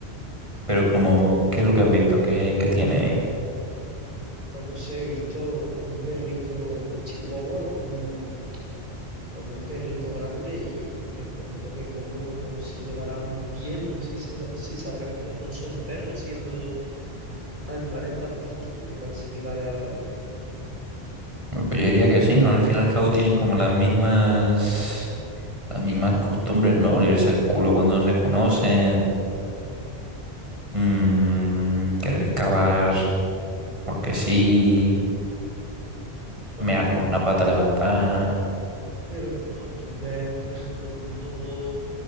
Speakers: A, on the right; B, on the right.
A: pero como, ¿qué es lo que has visto? ¿Qué, qué tiene ahí?
B: Pues no sé, he visto un perrito, un chihuahua con un, con un perrito grande y me preguntó que cómo se llevarán bien o si, se- si sabrán que los dos son perros siendo animales tan distintos y tan similares a la vez.
A: Bueno, Pues yo diría que sí, ¿no? Al fin y al cabo tienen como las mismas, las mismas costumbres, ¿no? Olirse el culo cuando se conocen, mm, querer cavar porque sí,
B: Ajá,
A: mear con una pata levantada,
B: pero bro, tú ves, por ejemplo, un dogo